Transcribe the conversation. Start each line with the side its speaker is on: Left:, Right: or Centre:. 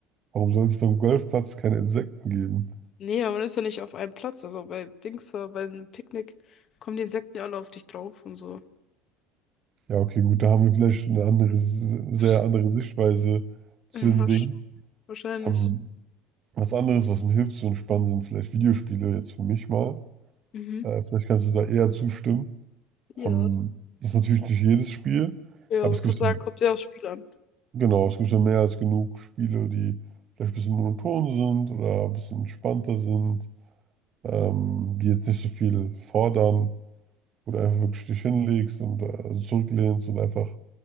Right: Warum soll es beim Golfplatz keine Insekten geben?
Left: Nee, aber man ist ja nicht auf einem Platz. Also bei Dings, äh, beim Picknick kommen die Insekten ja alle auf dich drauf und so.
Right: Ja, okay, gut, da haben wir vielleicht eine andere, sehr
Left: <laughs>
Right: andere Sichtweise zu
Left: Ja,
Right: den
Left: wahrsch-
Right: Dingen.
Left: Wahrscheinlich.
Right: Ähm, was anderes, was mir hilft zu entspannen, sind vielleicht Videospiele jetzt für mich mal.
Left: Mhm.
Right: Äh, vielleicht kannst du da eher zustimmen.
Left: Ja.
Right: Ähm, das ist natürlich nicht jedes Spiel,
Left: Ja,
Right: aber
Left: aber
Right: es
Left: kann
Right: gibt
Left: sagen,
Right: ja,
Left: kommt sehr aufs Spiel an.
Right: genau, es gibt ja mehr als genug Spiele, die vielleicht ein bisschen monoton sind oder ein bisschen entspannter sind, ähm, die jetzt nicht so viel fordern. wo du einfach wirklich dich hinlegst und äh, zurücklehnst und einfach